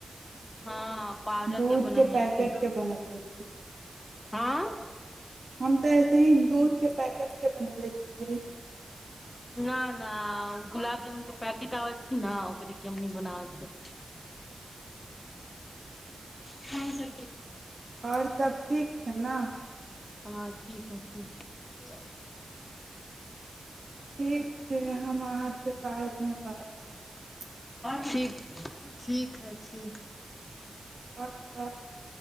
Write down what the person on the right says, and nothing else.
तऽ ऐसे
ही दूधके पैकेटके
बनैले छी
हम तऽ ऐसे ही दूधके पैकेटके <unintelligible>
आओर सभ ठीक छै ने
ठीक छै हम अहाँसे बादमे बात करब
आओर सब